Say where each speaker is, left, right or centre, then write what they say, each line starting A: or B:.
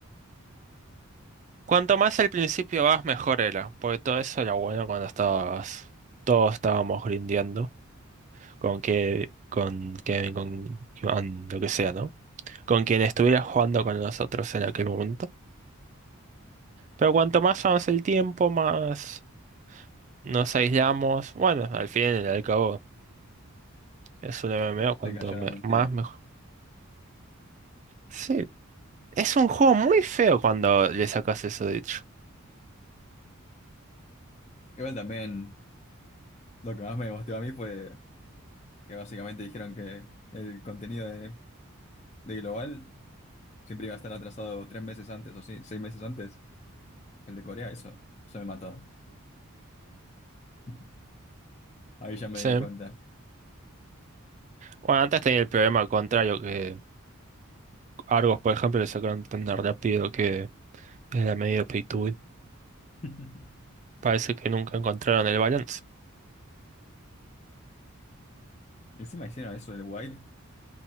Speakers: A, on the right; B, on the left.
A: Cuanto más al principio vas, mejor era, porque todo eso era bueno cuando estabas, todos estábamos grindeando, con que, con que, con Iván, lo que sea, ¿no? Con quien estuviera jugando con nosotros en aquel momento. Pero cuanto más avanza el tiempo, más nos aislamos. Bueno, al fin y al cabo, es un MMO, cuanto
B: se cayó
A: me-
B: la mentira.
A: más mejor. Sí, es un juego muy feo cuando le sacas eso, de hecho.
B: Igual también lo que más me gustó a mí fue que básicamente dijeron que el contenido de, de Global siempre iba a estar atrasado tres meses antes o sí, seis meses antes. El de Corea, eso, eso me mató. <laughs> Ahí ya me
A: Sí.
B: di cuenta.
A: Bueno, antes tenía el problema contrario, que Argos, por ejemplo, le sacaron tan rápido que Era medio pay to win.
B: <laughs>
A: Parece que nunca encontraron el balance.
B: Encima hicieron eso del White,